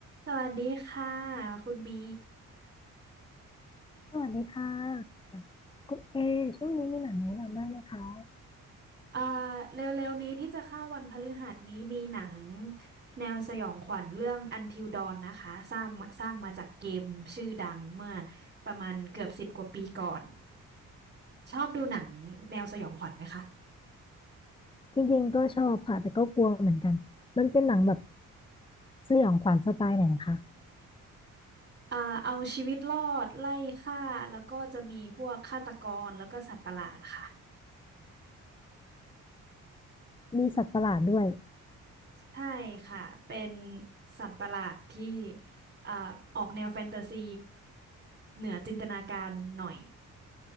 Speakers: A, on the right; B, on the left.
A: สวัสดีค่ะคุณบี
B: สวัสดีค่ะคุณเอช่วงนี้มีหนังแนะนำบ้างไหมคะ
A: เอ่อเร็วๆนี้ที่จะเข้าวันพฤหัสนี้มีหนังแนวสยองขวัญเรื่อง Until Dawn นะคะสร้างมาสร้างมาจากเกมชื่อดังเมื่อประมาณเกือบสิบกว่าปีก่อนชอบดูหนังแนวสยองขวัญไหมคะ
B: จริงๆก็ชอบค่ะแต่ก็กลัวเหมือนกันมันเป็นหนังแบบสยองขวัญสไตล์ไหนคะ
A: เอ่อเอาชีวิตรอดไล่ฆ่าแล้วก็จะมีพวกฆาตกรแล้วก็สัตว์ประหลาดค่ะ
B: มีสัตว์ประหลาดด้วย
A: ใช่ค่ะเป็นสัตว์ประหลาดที่เอ่อออกแนวแฟนตาซีเหนือจินตนาการหน่อย